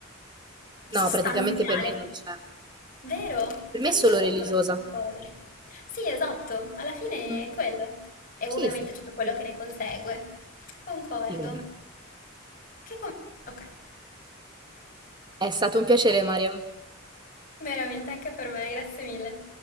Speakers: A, on the left (about 40°); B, on the right (about 20°).
A: sostanziale.
B: No, praticamente per me non c'è.
A: Vero?
B: Per me
A: Anch'io
B: è solo
A: penso
B: religiosa.
A: la stessa cosa. Sì, esatto, alla fine
B: Mm.
A: è quello. E
B: Sì,
A: ovviamente
B: sì.
A: tutto quello che ne consegue. Concordo.
B: Sì, vabbè.
A: Che com- ok,
B: È stato un piacere, Maria.
A: veramente anche per me, grazie mille.